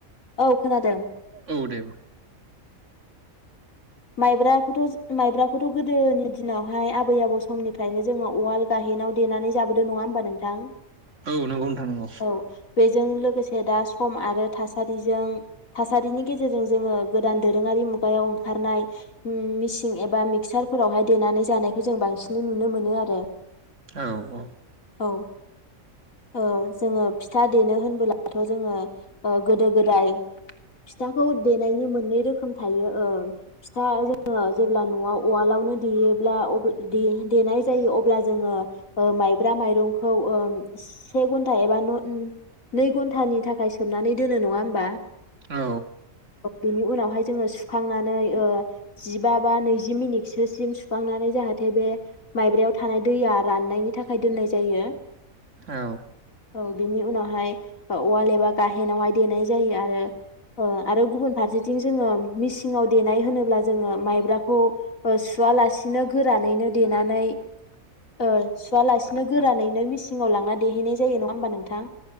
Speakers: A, on the left (about 75°); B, on the right (about 60°).
A: औ खोनादों।
B: औ दे
A: माइब्राखौथ' माइब्राखौथ' गोदोनि दिनावहाय आबै आबौ समनिफ्रायनो जोंङो उवाल गाहेनाव देना नै जाबोदो नङा होमबा नोंथां
B: औ नंगौ नोंथां नंगौ
A: औ बे जों लोगोसे दा सम आरो थासारिजों-थासारिनि गेजेरजों जोङो गोदान दोरोङारि मुगायाव ओंखारनाय। मिसिन एबा मिक्सारफोरावहाय देनानै जानायखौ जों बांसिनै नुनो मोनो आरो।
B: औ औ
A: औ औ जोंङो फिथा देनो होनबोलाथ' जोंङो ओ गोदो गोदाय फिथाखौ देनायनि मोननै रोखोम थायो ओ फिथा जोंङो जेब्ला न'आव उवालावनो देयोब्ला अब्ला देनाय जायो अब्ला जोंङो माय ब्रा माइरंखौ से घन्टा एबा नै घन्टानि थाखाय सोमनानै दोनो नङा होमबा
B: औ
A: बेनि उनावहाय जोङो सुखांनानै ओ जिबा बा नैजि मिनिटसोसिम सुखांनानै जाहाथे बे माइब्रायाव थानाय दैया राननायनि था खाय दोननाय जायो
B: औ
A: औ बिनि उनाव हाय उवाल एबा गाहेनावहाय देनाय जायो आरो ओ आरो गुबुन फारसेथिं जोंङो मिसिङाव देनाय होनोब्ला जोङो माइब्राखौ ओ सुवालासिनो गोरानैनो देनानै ओ सुवालासिनो गोरानैनो मिसिङाव लांना देहैनाय जायो नङा होमबा नोंथां।